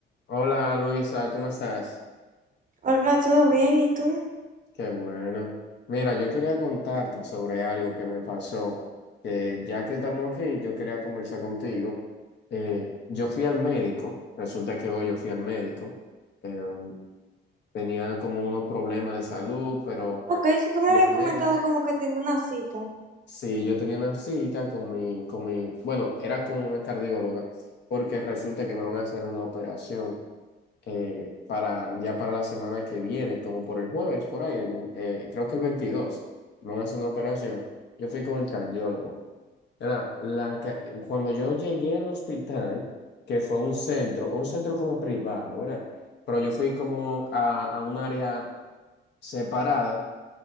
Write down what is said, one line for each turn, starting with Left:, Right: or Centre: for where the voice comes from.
Left: Hola Luisa, ¿cómo estás?
Right: Hola, ¿todo bien? ¿Y tú?
Left: Qué bueno. Mira, yo quería contarte sobre algo que me pasó, que ya que estamos aquí, yo quería conversar contigo. Eh, yo fui al médico, resulta que hoy yo fui al médico, em, tenía como unos problemas de salud, pero
Right: Ok, si tú me
Left: y
Right: habías
Left: el
Right: comentado
Left: médico,
Right: como que tenía una cita.
Left: sí, yo tenía una cita con mi, con mi, bueno, era con una cardióloga, porque resulta que me van a hacer una operación. eh, para, ya para la semana que viene, como por el jueves, por ahí, el, vein- eh, creo que el 22 me van a hacer una operación. Yo fui con el cardiólogo. Era la, ca- cuando yo llegué al hospital, que fue un centro, un centro como privado, ¿verdad? Pero yo fui como a, a un área separada